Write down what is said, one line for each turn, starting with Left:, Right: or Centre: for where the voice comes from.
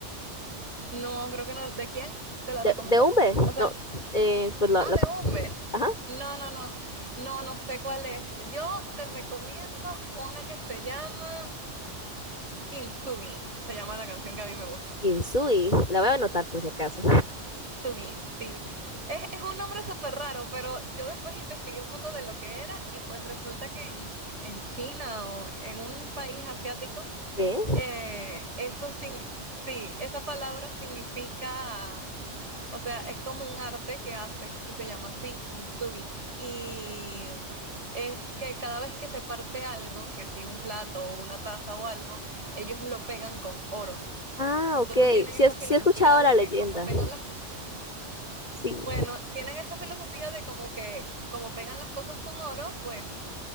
Right: No, creo que no. ¿De quién? ¿Te la
Left: De,
Right: recomendó?
Left: de Umbe,
Right: O sea,
Left: no, eh, pues la,
Right: ah,
Left: la-
Right: de Umben.
Left: ajá,
Right: No, no, no. No, no sé cuál es. Yo te recomiendo una que se llama Kintsugi. Se llama la canción que a mí me gusta.
Left: Kinsui. La voy a anotar por si acaso.
Right: Sugi, sí. Es, es un nombre súper raro, pero yo después investigué un poco de lo que era y pues resulta que en, en China o en un país asiático,
Left: ¿Sí?
Right: eh, eso signi- sí, esa palabra significa, o sea, es como un arte que hacen y se llama así kintsugi y es que cada vez que se parte algo, que si un plato o una taza o algo, ellos lo pegan con oro.
Left: Ah,
Right: Entonces
Left: ok.
Right: tienen
Left: Sí,
Right: esta
Left: he- sí
Right: filosofía
Left: he escuchado
Right: de
Left: la leyenda.
Right: que como pegan las cosas
Left: Sí.
Right: bueno, tienen esa filosofía de como que como pegan las cosas con oro, pues